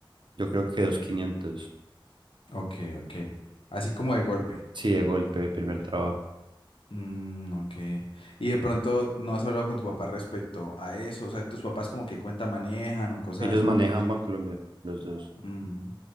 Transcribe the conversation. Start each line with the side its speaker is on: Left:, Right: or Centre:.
Right: yo creo que dos quinientos
Left: Ok, ok. Así como de golpe.
Right: Sí, de golpe, primer trabajo.
Left: Mm, ok. Y de pronto no has hablado con tu papá respecto a eso. O sea, tus papás como que cuenta manejan o cosas
Right: Ellos
Left: así.
Right: manejan Bancolombia, los dos.
Left: Mm,